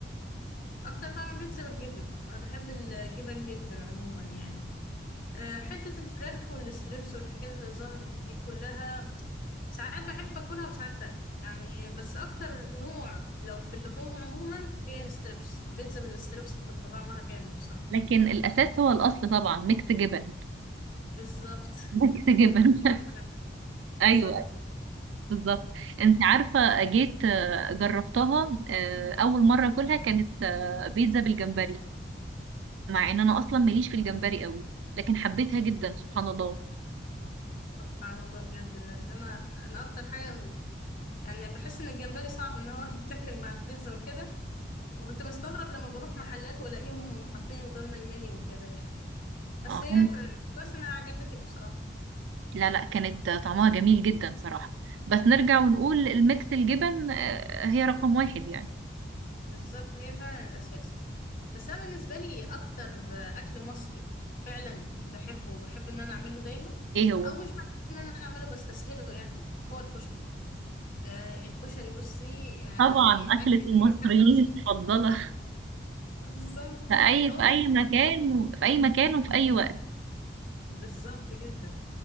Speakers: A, on the left; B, on the right.
A: اكتر طعم بيتزا بالجبن انا بحب الجبن جدا عموما يعني آه، حته الفراخ والستريبس والحاجات اللي ظهرت دي كلها ساعات بحب اكلها وساعات لا يعني بس اكتر نوع لو في اللحوم عموما هي الستريبس البيتزا بالستريبس بتبقى طعمها جامد بصراحه
B: لكن الاساس هو الاصل طبعا ميكس جبن
A: بالظبط
B: <laughs> ميكس جبن <laughs>
A: <laughs> بالظبط
B: ايوه بالظبط انت عارفة جيت آه، جربتها آه اول مرة كلها كانت آه بيتزا بالجمبري مع ان انا اصلا ماليش في الجمبري قوي لكن حبيتها جدا سبحان الله
A: سبحان الله بجد لان انا انا اكتر حاجه م- يعني بحس ان الجمبري صعب ان هو <laughs> يتاكل مع البيتزا وكده وكنت بستغرب لما بروح محلات والاقيهم حاطينه ضمن المنيو وكده يعني بس
B: آه.
A: هي ف- كويس انها عجبتك بصراحه
B: لا لا كانت طعمها جميل جدا صراحة بس نرجع ونقول الميكس الجبن آه، هي رقم واحد يعني
A: بالظبط هي فعلا الاساس بس انا بالنسبه لي اكتر اكل مصري فعلا بحبه وبحب ان انا اعمله دايما
B: ايه هو
A: او مش بحب ان انا اعمله بستسهله يعني هو الكشري آه الكشري بصي يعني
B: طبعا أكلة
A: اكل
B: المصريين
A: اي حد مصري
B: المفضلة <laughs>
A: <laughs> بالظبط
B: في أي
A: هو
B: في أي مكان و- في أي مكان وفي أي وقت
A: بالظبط جدا